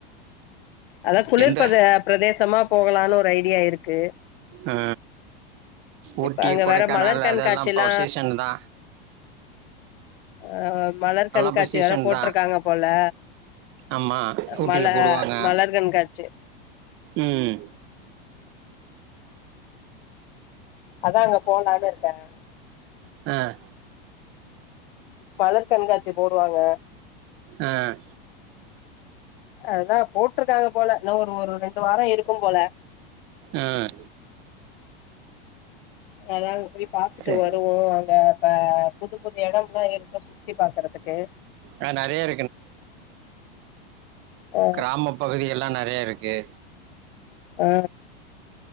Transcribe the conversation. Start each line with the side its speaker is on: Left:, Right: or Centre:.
Left: அத குளிர்
Right: எந்த
Left: பிரத-பிரதேசமா போகலான்னு ஒரு ஐடியா இருக்கு
Right: ஆ ஊட்டி
Left: இப்ப அங்க
Right: கொடைக்கானல்
Left: வேற மலர் கண்காட்சிலா
Right: அதெல்லாம் இப்ப சீசன் தா
Left: அஹ் மலர் கண்காட்சி
Right: இப்போ சீசன்
Left: வேற போட்டிருக்காங்க
Right: தான்
Left: போல
Right: ஆமாம் ஊட்டியில்
Left: மல-மலர்
Right: போடுவாங்க
Left: கண்காட்சி
Right: ம்
Left: அதான் அங்க போலானுருக்கேன்
Right: ஆஹ்
Left: மலர் கண்காட்சி போடுவாங்க
Right: ஆஹ்
Left: அதா போட்ருக்காங்க போல இன்னு ஒரு-ஒரு ரெண்டு வாரம் இருக்கும் போல
Right: ஆஹ்
Left: அதான் அங்க போய் பாத்துட்டு
Right: சரி
Left: வருவோ அங்க இப்ப புது புது எடம் எல்லாம் இருக்கு சுத்தி பாக்குறதுக்கு
Right: ஆ நிறைய
Left: ஆ
Right: கிராமப்பகுதியல்லா நெறைய இருக் கே
Left: ஆ